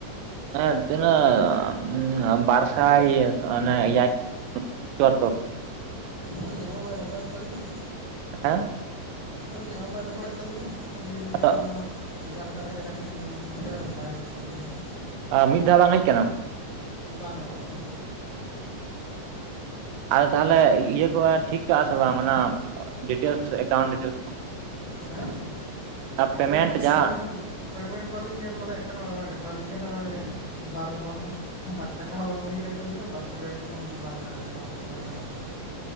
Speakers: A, on the right (about 85°); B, on the left (about 50°).
A: ᱦᱮ ᱛᱤᱱᱟᱹᱜ ᱵᱟᱨᱥᱟᱭ ᱚᱱᱮ ᱮᱭᱟᱭ ᱪᱩᱭᱟᱛᱛᱳᱨ᱾
B: ᱟᱹᱞᱤᱧ ᱦᱚᱸ ᱵᱟᱭ ᱫᱮᱠᱷᱟᱣᱮᱫ ᱛᱟᱹᱞᱤᱧᱟ᱾
A: <inaudible>
B: ᱟᱹᱞᱤᱧ ᱦᱚᱸ ᱵᱟᱭ ᱫᱮᱠᱷᱟᱣᱮᱫ ᱛᱟᱹᱞᱤᱧᱟ, ᱦᱩᱭᱮᱱ ᱜᱮᱭᱟ
A: ᱟᱫᱚ
B: ᱱᱚᱣᱟ ᱮᱜᱟᱨᱚ ᱴᱟ ᱠᱟᱪᱷᱟ ᱠᱟᱪᱷᱟ ᱞᱤᱧ ᱠᱚᱢᱯᱞᱤᱴ ᱠᱮᱜᱼᱟ ᱵᱟᱭ ᱦᱤᱡᱩᱜ ᱠᱟᱱ ᱛᱟᱹᱞᱤᱧᱟ᱾
A: ᱟ ᱢᱤᱫ ᱫᱷᱟᱣ ᱵᱟᱝ ᱦᱮᱡ ᱠᱟᱱᱟ?
B: ᱵᱟᱝᱟ ᱵᱟᱝᱟ ᱵᱟᱝ
A: ᱟᱫᱚ ᱛᱟᱦᱚᱞᱮ ᱤᱭᱟᱹ ᱠᱚ ᱴᱷᱤᱠ ᱠᱟᱜᱼᱟ ᱥᱮ ᱵᱟᱝ ᱚᱱᱟ ᱰᱤᱴᱮᱞᱥ ᱮᱠᱟᱣᱩᱱᱴ ᱰᱤᱴᱮᱞᱥ ᱠᱚ᱾
B: ᱦᱮᱸ ᱮᱠᱟᱣᱩᱱᱴ
A: ᱯᱮᱢᱮᱱᱴ
B: ᱰᱤᱞᱥ
A: ᱡᱟᱦᱟᱸ
B: ᱵᱟᱹᱞᱤᱧ ᱯᱮᱢᱮᱱᱴ ᱵᱟᱹᱞᱤᱧ ᱧᱟᱢ ᱫᱟᱲᱮᱭᱟᱜ ᱠᱟᱱᱟ ᱚᱸᱰᱮᱢᱟᱭ ᱫᱮᱠᱷᱟᱣᱞᱤᱧ ᱠᱟᱱᱟ ᱢᱟᱱᱮ ᱵᱟᱨ ᱵᱚ ᱵᱟᱴ ᱴᱟᱠᱟ ᱦᱚᱸ ᱵᱟᱝ ᱦᱩᱭ ᱠᱟᱱ ᱛᱟᱹᱵᱤᱱᱟ ᱛᱟᱨᱯᱚᱨᱮ ᱮᱠᱷᱚᱱᱚ ᱚᱱᱟ ᱵᱟᱝ ᱜᱟᱱ ᱠᱟᱱᱟ ᱚᱱᱟ ᱛᱚ ᱵᱟᱝ ᱜᱟᱱᱚᱜ ᱠᱟᱱᱟ᱾